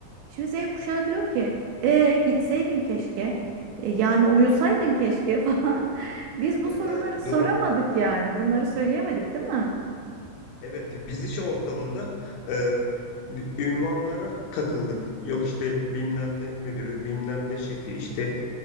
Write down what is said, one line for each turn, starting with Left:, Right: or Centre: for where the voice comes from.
Right: Şimdi Z kuşağı diyor ki, e gitseydin keşke. E, yani uyusaydın keşke <laughs> falan. Biz
Left: Evet
Right: bu soruları
Left: evet
Right: soramadık
Left: doğru.
Right: yani. Bunları söyleyemedik, değil mi?
Left: Evet, biz iş ortamında e, bir ünvanlara takıldık. Yok işte bilmem ne müdürü, bilmem ne şefi, işte